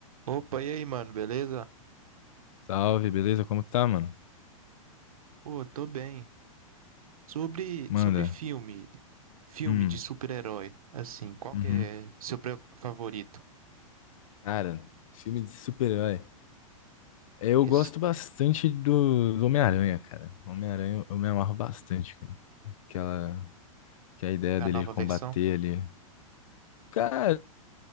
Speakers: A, on the right; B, on the left.
A: Opa, e aí, mano, beleza?
B: Salve, beleza? Como que tá, mano?
A: Pô, tô bem. Sobre,
B: Manda.
A: sobre filme, filme
B: Hum,
A: de super-herói, assim, qual
B: uhum.
A: que é seu pre- favorito?
B: Cara, filme de super-herói. É, Eu gosto
A: Isso,
B: bastante do, do Homem-Aranha, cara. Homem-Aranha eu me amarro bastante, cara. Aquela, que a ideia
A: da
B: dele
A: nova
B: de combater
A: versão?
B: ali. Cara,